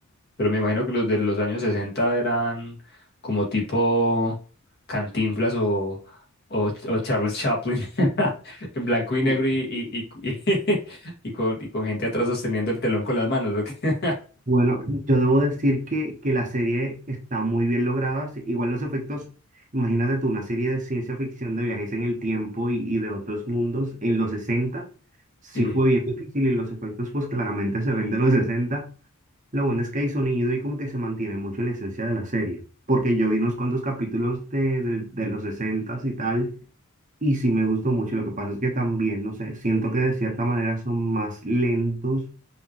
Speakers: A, on the left; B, on the right.
A: Pero me imagino que los de los años 60 eran como tipo Cantinflas o, o, o Charles Chaplin, <laughs> en blanco y negro
B: Bu-
A: y, y, y, y- <laughs> y con, y con gente atrás sosteniendo el telón con las manos. ¿o qué? <laughs>
B: Bueno, yo debo decir que, que la serie está muy bien lograda. sí, Igual los efectos, imagínate tú, una serie de ciencia ficción de viajes en el tiempo y, y de otros mundos en los 60, sí
A: Sí,
B: fue bien difícil y los efectos pues claramente se ven de los 60, Lo bueno es que hay sonido y como que se mantiene mucho la esencia de la serie, porque yo vi unos cuantos capítulos de, del- de los sesentas y tal, y sí me gustó mucho. Lo que pasa es que también, no sé, siento que de cierta manera son más lentos.